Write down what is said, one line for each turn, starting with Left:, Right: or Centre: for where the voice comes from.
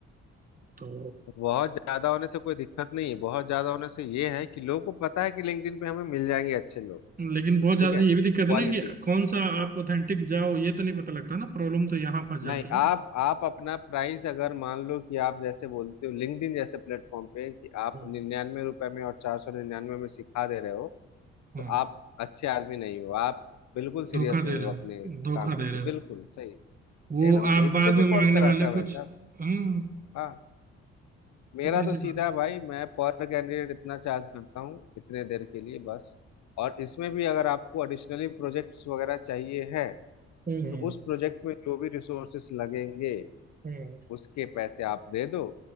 Right: तो
Left: बहुत ज्यादा होने से कोई दिक्कत नहीं है बहुत ज्यादा होने से ये है कि लोगों को पता है कि लिंक्डइन पे हमें मिल जाएंगे अच्छे लोग
Right: लेकिन बहुत ज्यादा
Left: ठीक है
Right: ये भी दिक्कत
Left: क्वालिटी
Right: है ना कि कौन सा
Left: हाँ
Right: आप ऑथेंटिक जाओ ये तो नहीं पता लगता ना प्रॉब्लम तो यहाँ फंस जाती
Left: नहीं
Right: है
Left: आप
Right: ना
Left: आप अपना प्राइस अगर मान लो कि आप जैसे बोलते हो लिंक्डइन जैसे प्लेटफॉर्म पे कि आप
Right: हम्म
Left: निन्यानवे रुपए में और चार सौ निन्यानवे में सिखा दे रहे हो
Right: हम्म,
Left: तो आप अच्छे आदमी नहीं हो आप बिल्कुल सीरियस
Right: धोखा
Left: नहीं
Right: दे रहे
Left: हो
Right: हो
Left: अपने काम
Right: धोखा
Left: के ऊपर
Right: दे रहे हो
Left: बिल्कुल सही
Right: वो
Left: एकदम सही
Right: आप
Left: इतने
Right: बाद में
Left: में कौन
Right: मांगने
Left: कराता
Right: वाले हो
Left: है
Right: कुछ
Left: भाई साहब
Right: हम्म
Left: हाँ मेरा
Right: सीधी
Left: तो
Right: सी
Left: सीधा
Right: बात
Left: भाई मैं पर कैंडिडेट इतना चार्ज करता हूँ इतने देर के लिए बस और इसमें भी अगर आपको एडिशनली प्रोजेक्ट्स वगैरह चाहिए है
Right: हम्म
Left: तो उस प्रोजेक्ट में जो भी रिसोर्सेस लगेंगे
Right: हम्म
Left: उसके पैसे आप दे दो